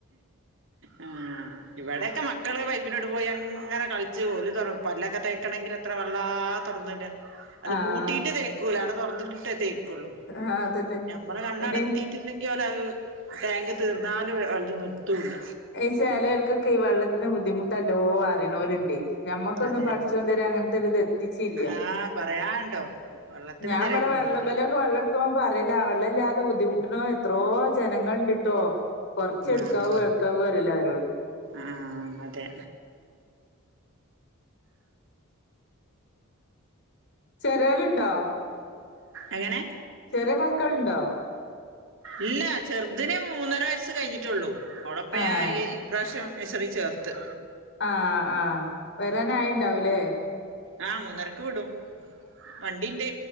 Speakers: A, on the right (about 65°); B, on the left (about 55°).
A: ആഹ് ഇവിടെക്കെ മക്കൾ പൈപിന്റോട്ട് പോയി അങ്ങനെ കളിച്ച് ഓല്തോറ പല്ലൊക്കെ തേക്കണങ്കിൽ എത്ര വെള്ളാ തുറന്നിടാ. അത്
B: ആഹ്
A: പൂട്ടിട്ട് തേക്കൂല അട തുറന്നിട്ടേ തേക്കൊള്ളൂ
B: ആഹ് അതന്നെ
A: ഞമ്മള് കണ്ണടത്തി
B: അയിന്
A: റ്റില്ലെങ്കിൽ ഓല അത് ടാങ്ക് തീർന്നാലും ഒലത് നിർത്തുല്ല.
B: അയ് ചെലോൽക്കൊക്കെ വെള്ളത്തിന് ബുദ്ധിമുട്ടല്ലോ അറിയുന്നോര്ണ്ടെ. ഞമ്മക്കൊന്നും
A: അതെ
B: പടച്ചോൻ ഇതൊരെ അങ്ങനത്തൊരിത് എത്തിച്ചില്ല.
A: ആഹ് പറയാണ്ടോ വെള്ളത്തിന്
B: ഞാൻ
A: ഇതുവരെ
B: ഇവിടെ
A: കുടുങ്ങിയിട്ടില്ല
B: വെള്ളവലൊക്കെ വെള്ള ക്കൊ പറയല്ല വള്ളല്ലാതെ ബുദ്ധിമുട്ടുന്നോ എത്രോ ജനങ്ങൾ ഇണ്ട്ട്ടോ. കൊറച്ച് എടുക്കാവു
A: ആഹ്
B: എടുക്കാവു റയ്ല്ലാരോട്.
A: ആഹ് അതെ.
B: ചെറ്യോലുണ്ടോ?
A: എങ്ങനെ?
B: ചെറിയ മക്കൾണ്ടോ?
A: ഇല്ല ചെറുതിന് മൂന്നര വയസ്സ് കഴിഞ്ഞിട്ടുള്ളു ഓളെപ്പോ
B: ഏഹ്
A: ഞാൻ ഇ. പ്രാവിശ്യം നഴ്സറി ചേർത്ത്.
B: ആഹ് ആഹ് വരാനായിണ്ടാവുല്ലേ.
A: ആഹ് മൂന്നരക്ക് വിടും. വണ്ടിണ്ട്